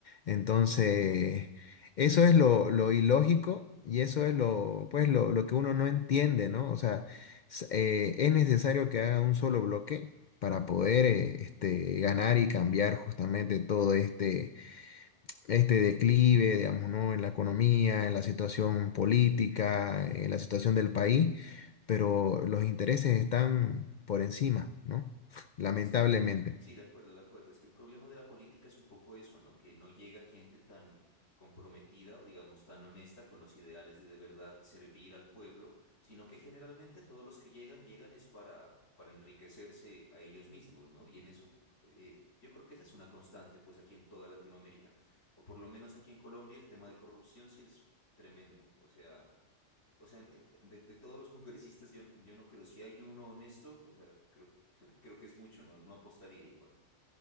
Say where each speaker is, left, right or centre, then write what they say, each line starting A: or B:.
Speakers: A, on the left (about 65°); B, on the left (about 80°).
A: Entonces, eso es lo, lo ilógico y eso es lo, pues, lo, lo que uno no entiende, ¿no? O sea, s- eh, es necesario que haga un solo bloque para poder eh, este, ganar y cambiar justamente todo este este declive, digamos, ¿no? En la economía, en la situación política, en la situación del país, pero los intereses están por encima, ¿no? <laughs> Lamentablemente.
B: Sí, sí, de acuerdo, de acuerdo. Es que el problema de la política es un poco eso, ¿no? Que no llega gente tan comprometida o digamos tan honesta con los ideales de de verdad servir al pueblo, sino que generalmente todos los que llegan, llegan es para, para enriquecerse a ellos mismos, ¿no? Y en eso eh, yo creo que esa es una constante, pues aquí en toda Latinoamérica, o por lo menos aquí en Colombia el tema de corrupción sí es tremendo. O sea... O sea, eh, de, de todos los congresistas yo, yo no creo, si hay uno honesto, o sea, creo, <laughs> creo que es mucho, no, no apostaría igual.